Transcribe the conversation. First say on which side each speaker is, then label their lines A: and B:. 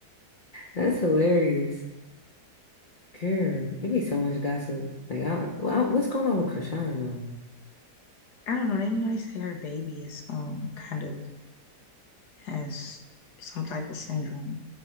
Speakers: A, on the left (about 35°); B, on the left (about 75°).
A: That's hilarious. Girl, it be so much gossip. Like I, well, I- what's going on with Krishan now?
B: I don't know. They you know they say her baby is um kind of has some type of syndrome.